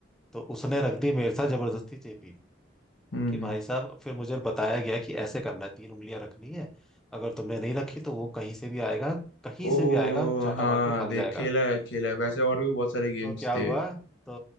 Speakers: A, in the centre; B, on the left.
A: तो उसने रख दी मेरे साथ जबरदस्ती जेपी
B: हम्म
A: कि भाई साहब फिर मुझे बताया गया कि ऐसे करना है तीन उंगलियां रखनी है अगर तुमने नहीं रखी तो वो कहीं से भी आएगा कहीं
B: ओ
A: से भी आएगा चाटा
B: हाँ
A: मार के भाग
B: देख
A: जाएगा
B: खेला है खेला है
A: तो
B: वैसे और भी बहुत सारे गेम्स
A: तो क्या
B: थे
A: हुआ तो